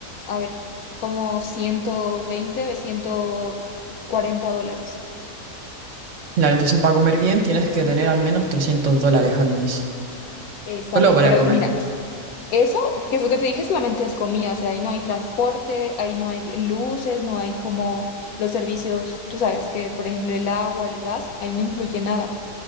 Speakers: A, on the left; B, on the right.
A: a ver, como ciento veinte, ciento cuarenta dólares.
B: Claro, entonces para comer bien tienes que tener al menos 300 dólares al mes.
A: Exacto,
B: Solo para
A: pero
B: comer.
A: mira, eso, que es lo que te dije, solamente es comida, o sea, ahí no hay transporte, ahí no hay luces, no hay como los servicios, tú sabes que, por ejemplo, el agua, el gas, ahí no incluye nada,